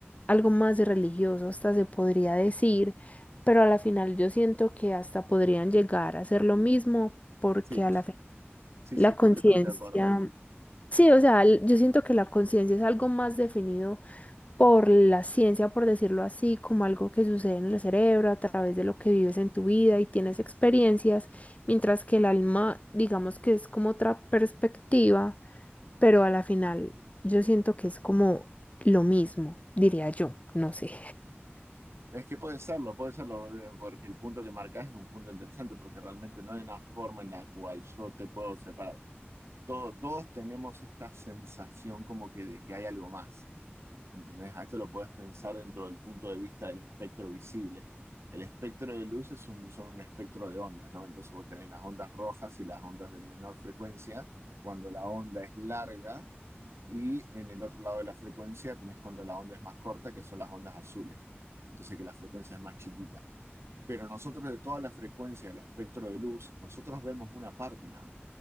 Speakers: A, on the left; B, on the right.
A: algo más religioso hasta se podría decir, pero a la final yo siento que hasta podrían llegar a ser lo mismo porque
B: sí,
A: a la fin
B: sí,
A: la
B: sí,
A: conciencia,
B: completamente de acuerdo.
A: sí, o sea, l- yo siento que la conciencia es algo más definido por la ciencia, por decirlo así, como algo que sucede en el cerebro a través de lo que vives en tu vida y tienes experiencias, mientras que el alma, digamos que es como otra perspectiva pero a la final yo siento que es como lo mismo, diría yo, no sé.
B: Es que puede serlo, puede serlo, eh, porque el punto que marcas es un punto interesante, porque realmente no hay una forma en la cual yo te puedo separar. Todo- todos tenemos esta sensación como que de que hay algo más. ¿Entendés? A esto lo puedes pensar dentro del punto de vista del espectro visible. El espectro de luz es un, son un espectro de ondas, ¿no? Entonces vos tenés las ondas rojas y las ondas de menor frecuencia cuando la onda es larga y en el otro lado de la frecuencia tenés cuando la onda es más corta, que son las ondas azules. Entonces que la frecuencia es más chiquita. Pero nosotros de toda la frecuencia del espectro de luz, nosotros vemos una parte nada más.